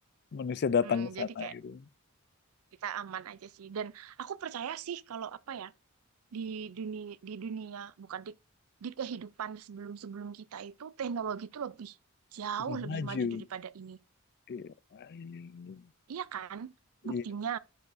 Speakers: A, on the left (about 50°); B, on the right (about 75°).
A: manusia datang
B: Hmm,
A: ke
B: jadi
A: sana
B: kayak
A: gitu.
B: kita aman aja sih dan aku percaya sih kalau apa ya di dunia di dunia bukan di di kehidupan sebelum sebelum kita itu teknologi itu lebih jauh
A: Udah
B: lebih
A: maju.
B: maju daripada ini
A: Iya. Iya.
B: iya kan
A: Iya.
B: buktinya